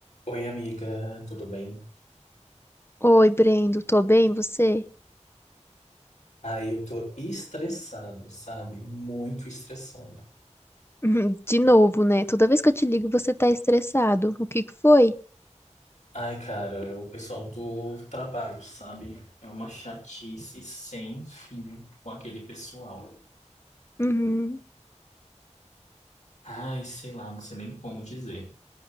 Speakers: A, on the left; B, on the left.
A: Oi, amiga, tudo bem?
B: Oi, Brendo, tô bem, você?
A: Aí eu tô estressado, sabe? Muito estressado.
B: Uhum, De novo, né? Toda vez que eu te ligo, você tá estressado. O que que foi?
A: Ai, cara, o pessoal do trabalho, sabe? É uma chatice sem fim com aquele pessoal.
B: Uhum.
A: Ai, sei lá, não sei nem como dizer.